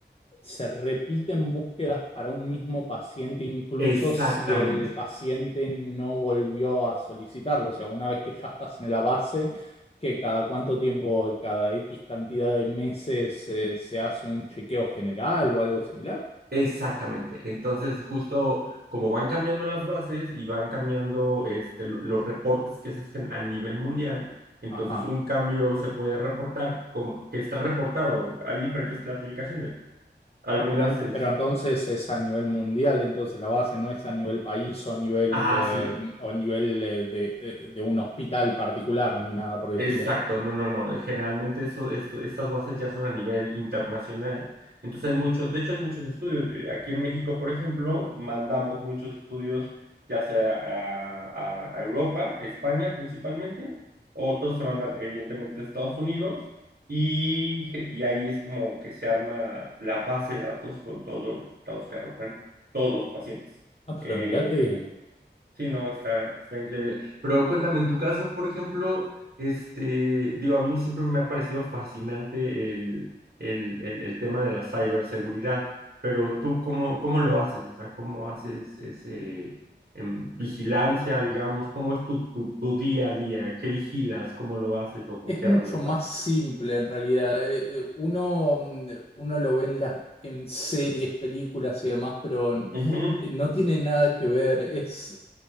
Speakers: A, on the left (about 35°); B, on the right (about 55°).
A: se repiten búsquedas para un mismo paciente, incluso
B: Exactamente,
A: si el paciente no volvió a solicitarlo. O sea, una vez que ya estás en la base, que cada cuánto tiempo, cada X cantidad de meses, eh, se hace un chequeo general o algo similar.
B: exactamente. Entonces, justo como van cambiando las bases y van cambiando este, lo- los reportes que se hacen a nivel mundial, entonces
A: Ajá.
B: un cambio se puede reportar como que está reportado. Hay diferentes clasificaciones Algunas
A: Ah, pero, en-
B: es,
A: pero entonces es a nivel mundial, entonces la base no es a nivel país o a nivel,
B: ah,
A: eh,
B: sí,
A: o nivel eh, de, eh, de un hospital particular ni nada por el
B: exacto,
A: estilo.
B: no, no, no. Generalmente eso, esto- estas bases ya son a nivel internacional. Entonces hay muchos, de hecho hay muchos estudios. Eh, Aquí en México, por ejemplo, mandamos muchos estudios ya sea a, a- a Europa, a España principalmente, otros se mandan evidentemente a Estados Unidos y, ge- y ahí es como que se arma la base de datos con todos los resultados que arrojan todos los pacientes.
A: Ah, pero
B: eh,
A: mirá qué bien.
B: Sí, no, está, está increíble. Pero cuéntame, en tu caso, por ejemplo, este, digo, a mí siempre me ha parecido fascinante el, el, el, el tema de la ciberseguridad, pero tú, ¿cómo, cómo lo haces? O sea, ¿cómo haces ese, em, vigilancia, digamos? ¿Cómo es tu, tu, tu día a día? ¿Qué vigilas? ¿Cómo lo haces o con
A: Es
B: qué
A: mucho
B: herramientas?
A: más simple en realidad. Eh, eh, Uno, mm, uno lo ve en las, en series, películas y demás, pero n-
B: Ujú.
A: eh, no tiene nada que ver. Es